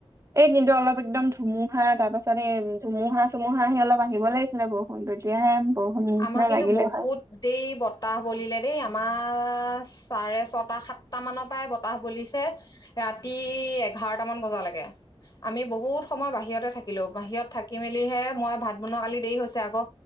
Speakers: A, on the right; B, on the left.
A: কিন্তু অলপ একদম ধুমুহা তাৰ পাছত এই ধুমুহা চুমুহা আহি অলপ আহিব লাগিছিলে বৰষুণ তেতিয়াহে। বৰষুণ নিচিনা
B: আমাৰ কিন্তু
A: লাগিলে
B: বহুত
A: হয়
B: দেৰি বতাহ বলিলে দেই আমাৰ। চাৰে ছটা সাতটা মানৰ পৰাই বতাহ বলিছে ৰাতি এঘাৰটা মান বজালৈকে। আমি বহুত সময় বাহিৰতে থাকিলো বাহিৰত থাকি মেলিহে মই ভাত বনোৱা কালি দেৰি হৈছে আকৌ।